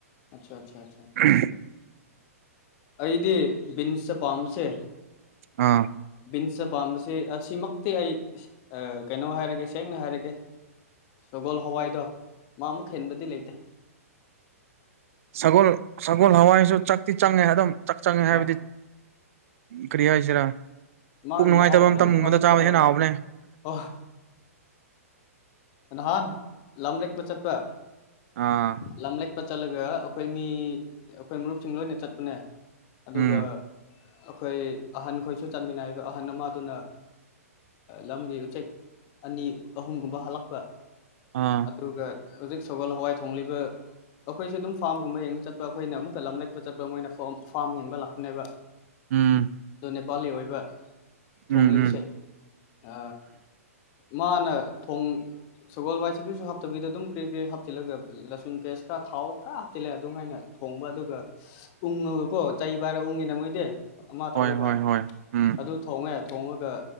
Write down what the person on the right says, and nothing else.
ꯎꯝ
ꯑꯥ
ꯁꯒꯣꯜ ꯁꯒꯣꯜ ꯍꯋꯥꯏꯁꯨ ꯆꯥꯛꯛꯇꯤ ꯆꯪꯉꯦ ꯑꯗꯨꯝ ꯆꯥꯛ ꯆꯪꯉꯦ ꯍꯥꯏꯕꯗꯤ
ꯀꯔꯤ ꯍꯥꯏꯁꯤꯔꯥ
ꯄꯨꯛ ꯅꯨꯡꯉꯥꯏꯇꯕ
ꯑꯃꯇꯒꯨꯝꯕꯗ
ꯆꯥꯕ ꯍꯦꯟꯅ
ꯍꯥꯎꯕꯅꯦ
ꯑꯥ
ꯎꯝ
ꯑꯥ
ꯎꯝ꯫
ꯎꯝ ꯎꯝ
ꯍꯣꯏ
ꯍꯣꯏ ꯍꯣꯏ ꯎꯝ